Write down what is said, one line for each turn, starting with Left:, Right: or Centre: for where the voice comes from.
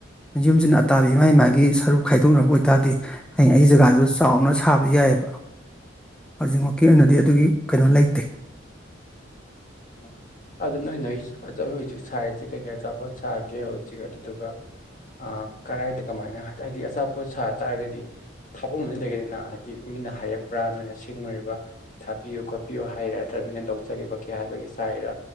Centre: ꯌꯨꯝꯁꯤꯅ ꯑꯇꯥꯕꯤ ꯃꯥꯒꯤ ꯃꯥꯒꯤ ꯁꯔꯨꯛ ꯈꯥꯏꯗꯣꯛꯅꯕ ꯑꯣꯏꯇꯥꯔꯗꯤ ꯍꯌꯦꯡ ꯑꯩ ꯖꯒꯥꯗꯨꯗ ꯆꯥꯎꯅ ꯁꯥꯕ ꯌꯥꯏꯕ ꯍꯧꯖꯤꯛꯃꯛꯀꯤ ꯑꯣꯏꯅꯗꯤ ꯑꯗꯨꯒꯤ ꯀꯩꯅꯣ ꯂꯩꯇꯦ
Left: ꯎꯝ ꯑꯗꯨ ꯅꯣꯏ ꯅꯣꯏ ꯑꯆꯥꯄꯣꯠ ꯍꯧꯖꯤꯛ ꯁꯥꯔꯤꯁꯦ ꯀꯩꯀꯩ ꯑꯆꯥꯄꯣꯠ ꯁꯥꯒꯦ ꯍꯧꯖꯤꯛ ꯑꯗꯨꯗꯨꯒ ꯑ ꯀꯔꯥꯏꯗ ꯀꯃꯥꯏꯅ ꯍꯥꯏꯗꯤ ꯑꯆꯥꯄꯣꯠ ꯁꯥꯇꯥꯥꯔꯒꯗꯤ ꯊꯥꯕꯝ ꯑꯃꯗꯤ ꯂꯩꯒꯅꯤꯅ ꯍꯥꯏꯗꯤ ꯃꯤꯅ ꯍꯥꯏꯔꯛꯄ꯭ꯔꯥ ꯅꯣꯏꯅ ꯁꯤꯡꯉꯨꯔꯤꯕ꯭ꯔꯥ ꯊꯥꯕꯤꯌꯨ ꯈꯣꯠꯄꯤꯌꯨ ꯍꯥꯏꯔꯤꯔ ꯅꯠꯇ꯭ꯔꯒ ꯃꯤꯅ ꯂꯧꯖꯒꯦ ꯈꯣꯠꯀꯦ ꯍꯥꯏꯕꯒꯤ ꯁꯥꯏꯔ